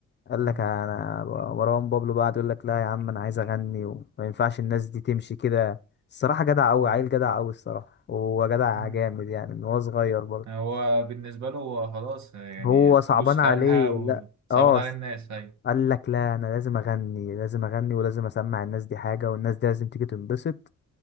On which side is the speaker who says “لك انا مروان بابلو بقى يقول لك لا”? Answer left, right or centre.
Left